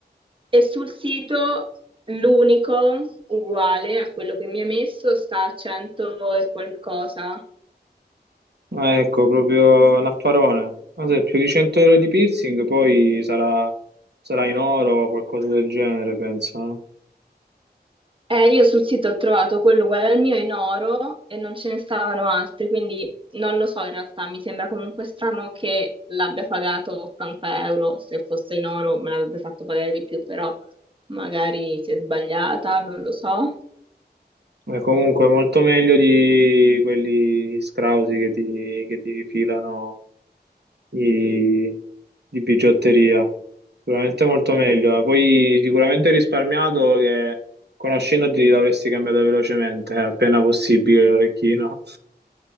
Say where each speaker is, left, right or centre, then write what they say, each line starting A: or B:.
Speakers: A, on the right; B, on the right.
A: E sul sito l'unico uguale a quello che mi ha messo sta a 100 e qualcosa.
B: Ah, ecco, proprio un affarone. Ma se è più di 100 euro di piercing, poi sarà, sarà in oro o qualcosa del genere, penso, no?
A: Eh, io sul sito ho trovato quello uguale al mio in oro e non ce ne stavano altri, quindi non lo so in realtà, mi sembra comunque strano che l'abbia pagato 80 euro, se fosse in oro me l'avrebbe fatto pagare di più, però magari si è sbagliata, non lo so.
B: Ma comunque molto meglio di quelli scrausi che ti, che ti rifilano i- di bigiotteria. Sicuramente molto meglio. Poi sicuramente hai risparmiato che conoscendoti l'avresti cambiato velocemente, eh, appena possibile l'orecchino.